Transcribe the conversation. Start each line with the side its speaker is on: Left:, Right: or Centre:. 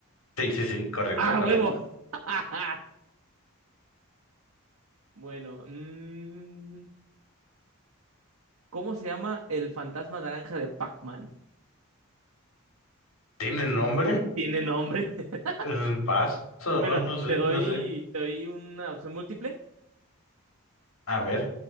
Left: Sí, sí, sí, correcto,
Right: Ah,
Left: correcto.
Right: huevo. <laughs> Bueno, mm, ¿cómo se llama el fantasma naranja de Pac-Man?
Left: ¿Tiene nombre?
Right: Tiene nombre. <laughs>
Left: Mm, Paso,
Right: Bueno,
Left: no, no
Right: te
Left: sé,
Right: doy,
Left: no sé.
Right: te doy una opción múltiple.
Left: A ver,